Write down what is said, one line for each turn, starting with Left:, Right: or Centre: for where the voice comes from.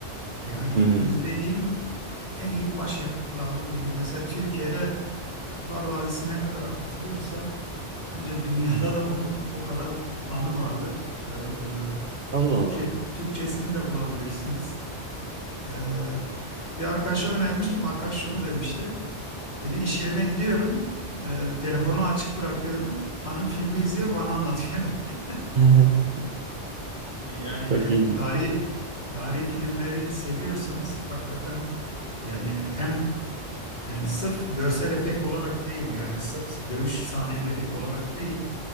Left: Yani
Right: hmm.
Left: izlediğim en iyi başyapıtlardan biri. Mesela Türkiye'de Kurtlar Vadisi ne kadar tutuluyorsa bence dünyada da onun o kadar fanı vardır. Ee,
Right: Allah
Left: Türkçe,
Right: Allah.
Left: Türkçesini de bulabilirsiniz. Ee, bir arkadaşa önermiştim. Arkadaş şunu demişti. Dedi iş yerine gidiyorum. Ee, telefonu açık bırakıyorum. Hanım filmi izliyor bana anlatıyor. <laughs>
Right: <laughs>
Left: Yani
Right: Çok
Left: eğer
Right: iyi.
Left: tarihi tarihi filmleri seviyorsanız hakikaten yani hem yani sırf görsel efekt olarak değil yani sırf dövüş sahneleri olarak değil